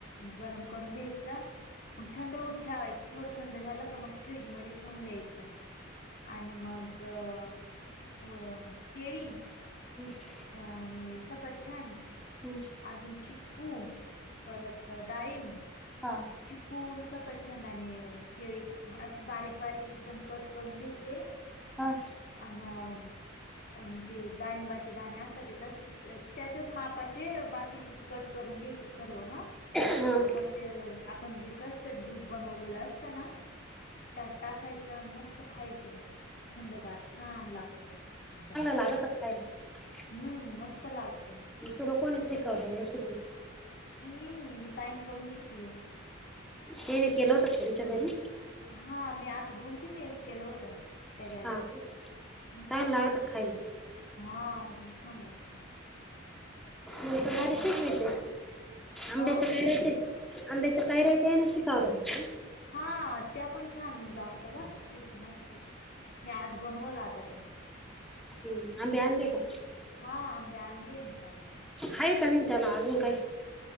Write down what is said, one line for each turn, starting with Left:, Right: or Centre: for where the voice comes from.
Left: गरम करून घ्यायचं. मग थंड होत ठेवायचं, थोडं थंड झालं क मग फ्रीजमध्ये ठेवून द्यायचं. आणि मग, अ केळी
Centre: हम्.
Left: आणि सपरछान <unintelligible>
Centre: हम्म
Left: अजून च्ू परत डाळम
Centre: हा
Left: चिकू सपरछंद आणि केळी असे बारीक बारीक एकदम कट करून घ्यायचे.
Centre: हा.
Left: अन डाळिंबाचे असतात त्याच्याच मापाचे बाकीचे कट करून घ्यायच सर्व हा.
Centre: हा
Left: आणि मग ते आपण जे कस्टर्ड दूध बनवलेलं असतं ना त्या टाकायचं आणि मस्त खायचं मग थंडगार छान लागत एकदम.
Centre: लागतात खाला <unintelligible>
Left: हम्म, मस्त लागत.
Centre: तुला कोणी शिकवली रेसिपी?
Left: मी मी ताईन करून शिकले.
Centre: येन के लव त तेचा बररी
Left: हा मी आता दोन तीन वेळेस केलं होतं. त्या गेल्यावर
Centre: हा का
Left: हम्
Centre: चांगलं लागत खायला
Left: हा भूछान लागत.
Centre: म
Left: मस्त
Centre: तर वारीशीच यते आंब्याच
Left: अ
Centre: काय राहते. अंबेच्या कायरय न शिकावतत.
Left: हा त्या पण छानलॉगत बरं का खूप मस्त मी आज बनवला आता त्या
Centre: हम् आ ब्या आण दे
Left: मी
Centre: का?
Left: हा बनली निका
Centre: हा का नि त्याला अजून काही